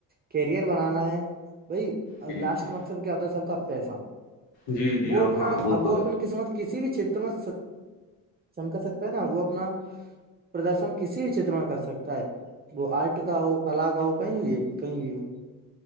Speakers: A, on the right; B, on the left.
A: کیریئر بنانا ہے بھائی اور
B: جی
A: لاسٹ
B: جی
A: مقصد کیا ہوتا ہے سب کا پیسہ
B: جی جی
A: وہ اپنا
B: ہاں
A: ا
B: تو
A: وہ
B: ہے
A: اپنی قسمت کسی بھی چھیتر میں چمکا سکتا ہے نا وہ اپنا پردرشن کسی بھی چھیتر میں کر سکتا ہے وہ آرٹ کا ہو کلا کا ہو کہیں بھی کہیں بھی ہو